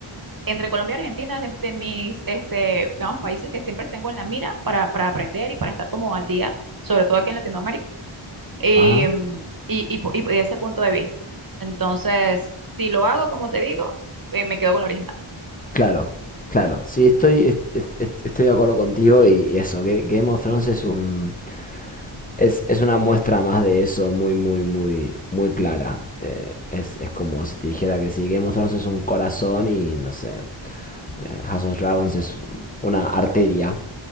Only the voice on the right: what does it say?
entre Colombia y Argentina es de, de mis este, digamos, países que siempre tengo en la mira para, para aprender y para estar como al día, sobre todo aquí en Latinoamérica, y,
mm, y, y, po- y de ese punto de vista. Entonces, si lo hago, como te digo, eh, me quedo con lo original.